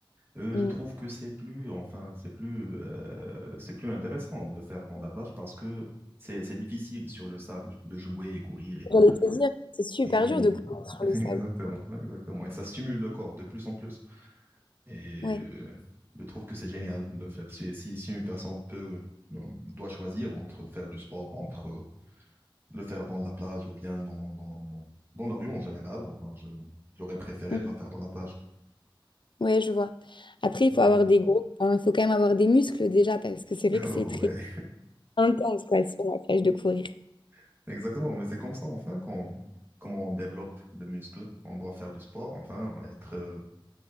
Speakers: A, on the right (about 25°); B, on the left (about 65°).
A: Euh,
B: Mm.
A: je trouve que c'est plus, enfin, c'est plus, euh, c'est plus intéressant de le faire dans la plage parce que c'est, c'est difficile sur le sable de jouer et courir et tout.
B: J'allais te dire, c'est super
A: Et
B: dur de courir sur
A: <laughs>
B: le sable.
A: exactement, exactement. Et ça stimule le corps de plus en plus. Et
B: Ouais,
A: euh, je trouve que c'est génial de le faire. Si, si, si une personne peut, euh, doit choisir entre faire le sport, entre euh, le faire dans la plage ou bien dans, dans, dans, dans la rue en général, enfin, je, j'aurais préféré
B: Mm.
A: de la faire dans la plage.
B: ouais, je vois. Après,
A: Yeah.
B: il faut avoir des gros, hein, il faut quand même avoir des muscles déjà, parce que c'est vrai
A: <laughs> Oh,
B: que c'est très
A: ouais.
B: intense, quoi, sur la plage de courir.
A: <laughs> Exactement, mais c'est comme ça, enfin, quand, comment on développe le muscle, on doit faire du sport, enfin, être, euh,